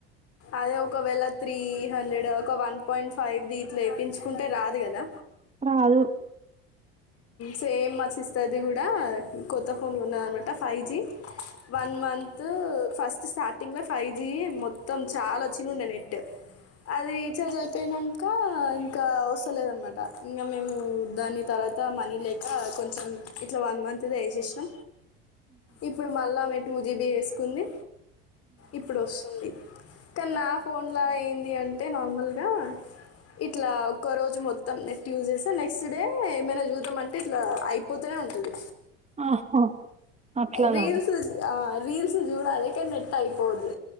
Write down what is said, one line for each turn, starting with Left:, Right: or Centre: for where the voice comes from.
Left: అదే ఒకవేళ త్రీ హండ్రెడ్ ఒక వన్ పాయింట్ ఫైవ్ ది ఇట్ వేయిచుకుంటే రాదు కదా
Right: రాదు
Left: సేమ్ మా సిస్టర్ ని కూడా కొత్త ఫోన్ కొన్నదన్నమాట five G one మంతంత్ first starting లో ఫైవ్ జి మొత్తం చాలా వ చినండే నెట్ అది రీచార్జ్ అయిపోయినా ఇంకా ఇంకా అవసరం లేదనమాట ఇంకా మేము దాన్ని తర్వాత మనీ లేక కొంచెం ఇట్లా వన్ మంత్ వేసేసిన ఇప్పుడు మళ్ళా ఆమే టూ జీబి వేసుకుంది ఇప్పుడు వస్తుంది కానీ నా ఫోన్లా ఏంది అంటే అంటే నార్మల్ గా ఇట్లా ఒ రోజు మొత్తం నెట్ యూజు చేస్తే నెక్స్ట్ డే ఏమైనా చూద్దాం అంటే ఇట్లా అయిపోతనే ఉంటది
Right: ఆహా అట్లనా
Left: రీల్స్ ఆ రీల్స్ చూడాలి నెట్ అయిపోద్ది